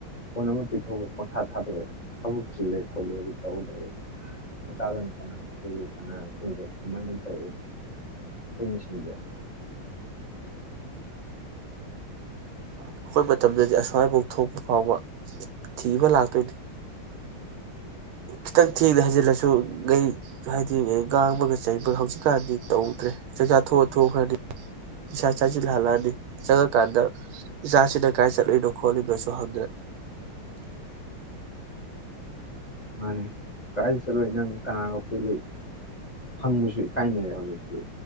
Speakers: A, on the left; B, on the right.
A: ꯐꯣꯟ ꯑꯃ ꯄꯤꯊꯣꯛꯑꯒ ꯄꯣꯡꯊꯥ ꯊꯥꯗꯣꯛꯑꯦ ꯊꯕꯛ ꯆꯤꯜꯂꯦ ꯈꯣꯠꯂꯦ ꯑꯗꯨ ꯇꯧꯂꯩꯔꯦ ꯃꯆꯥꯗꯨꯅ ꯀꯅꯥꯅ ꯄꯨꯜꯂꯤ ꯀꯅꯥꯅ ꯄꯨꯟꯗꯦ ꯀꯃꯥꯏꯅ ꯇꯧꯏ ꯑꯝꯇ ꯌꯦꯡꯁꯤꯟꯗ꯭ꯔꯦ꯫
B: ꯑꯩꯈꯣꯏ ꯃꯇꯝꯗꯗꯤ ꯑꯁ꯭ꯋꯥꯏꯕꯨꯡ ꯊꯣꯛꯄ ꯐꯥꯎꯕ ꯊꯤꯕ ꯂꯥꯛꯇꯣꯏꯅꯤ꯫ ꯈꯤꯇꯡ ꯊꯦꯡꯅ ꯍꯩꯖꯤꯜꯂꯁ ꯒꯩ ꯍꯥꯏꯗꯤꯅꯦ ꯉꯥꯡꯕꯒ ꯆꯩꯕꯒ ꯍꯧꯖꯤꯛꯀꯥꯟꯗꯤ ꯇꯧꯗ꯭ꯔꯦ ꯆꯥꯛꯆꯥ ꯇꯣꯛꯑ ꯊꯣꯛꯈ꯭ꯔꯅꯤ ꯅꯤꯁꯥ ꯆꯥꯁꯤꯜꯂꯒ ꯍꯂꯛꯑꯅꯤ ꯆꯪꯉꯛꯀꯥꯟꯗ ꯏꯆꯥꯁꯤꯅ ꯀꯗꯥꯥꯏ ꯆꯠꯂꯨꯏꯅꯣ ꯈꯣꯠꯂꯤꯅꯣꯁꯨ ꯍꯪꯗ꯭ꯔꯦ꯫
A: ꯃꯥꯅꯤ ꯀꯥꯏ ꯆꯠꯂꯨꯏ ꯅꯪ ꯀꯅꯥꯒ ꯄꯨꯟꯂꯨꯏ ꯍꯪꯕꯁꯨ ꯏꯀꯥꯏꯅꯔꯦ ꯍꯧꯖꯤꯛꯇꯤ